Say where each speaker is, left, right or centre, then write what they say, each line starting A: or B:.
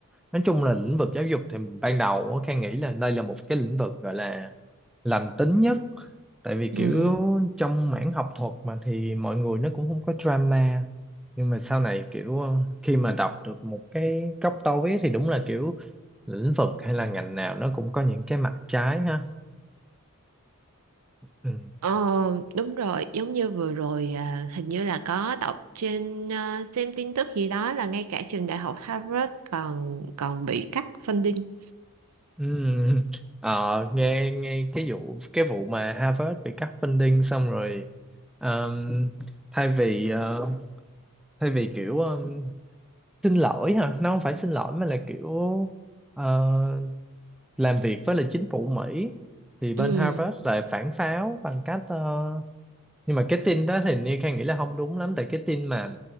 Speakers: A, in the centre; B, on the right.
A: nói chung là lĩnh vực giáo dục thì ban đầu á, Khang nghĩ là đây là một cái lĩnh vực gọi là lành tính nhất tại vì
B: ừ
A: kiểu trong mảng học thuật mà thì mọi người nó cũng không có drama nhưng mà sau này kiểu ờ, khi mà đọc được một cái góc tối thì đúng là kiểu lĩnh vực hay là ngành nào nó cũng có những cái mặt trái ha ừ.
B: Ờ, đúng rồi, giống như vừa rồi à, hình như là có đọc trên à, xem tin tức gì đó là ngay cả trường đại học Harvard còn còn bị cắt funding.
A: Ừm, ờ, nghe nghe cái vụ cái vụ mà Harvard bị cắt funding xong rồi ờm, thay vì ờ, thay vì kiểu ờm, xin lỗi hả nó không phải xin lỗi mà là kiểu ờ, làm việc với lại chính phủ Mỹ thì bên
B: Ừ,
A: Harvard lại phản pháo bằng cách ờ, nhưng mà cái tin đó thì như Khang nghĩ là không đúng lắm tại cái tin mà